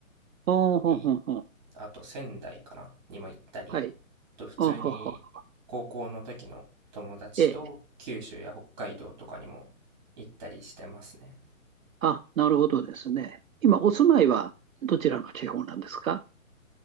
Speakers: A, on the right; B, on the right.
A: ほうほうほうほう。
B: に行っ、あと仙台かな、にも行ったり、
A: はい。
B: と普通に高校の時の友達と九州や北海道とかにも行ったりしてますね。
A: ほうほうほう。ええあ、なるほどですね。今、お住まいはどちらの地方なんですか